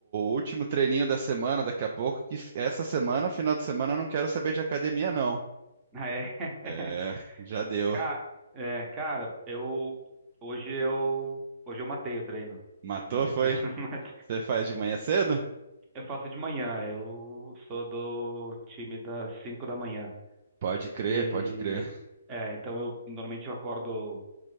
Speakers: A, on the right; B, on the right.
A: último treininho da semana, daqui a pouco, que essa semana, final de semana, eu não quero saber de academia, não.
B: Ah, é. <laughs>
A: É, já deu.
B: Ca- é, cara, eu hoje eu hoje eu matei o treino.
A: Matou,
B: Sou bem sincero,
A: foi?
B: <laughs> mas
A: Você faz de manhã cedo?
B: eu faço de manhã, eu sou do time das 5 da manhã.
A: Pode crer,
B: E
A: pode crer.
B: é, então eu normalmente eu acordo